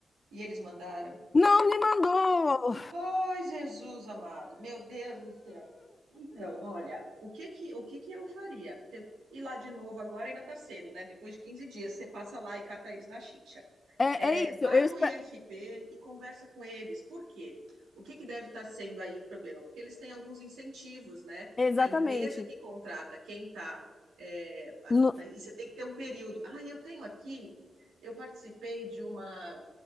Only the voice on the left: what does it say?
Não me mandou!
É,
é isso,
eu
espero.
Exatamente.
No,